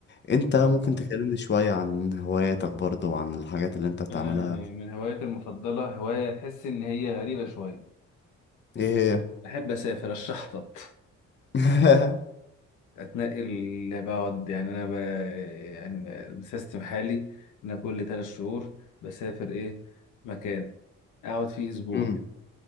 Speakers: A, on the left; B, on the left.
A: انت ممكن
B: آه،
A: تكلمني شوية عن هواياتك برضو وعن الحاجات اللي انت بتعملها
B: أنا من هوايتي المفضلة هواية تحس إن هي غريبة شوية السفر.
A: ايه
B: أحب أسافر أشحطط
A: هي <laughs>
B: اتنقل بقعد يعني انا ب... يعني بسيستم حالي ان أنا كل ثلاث شهور بسافر ايه مكان اقعد فيه اسبوع
A: مم.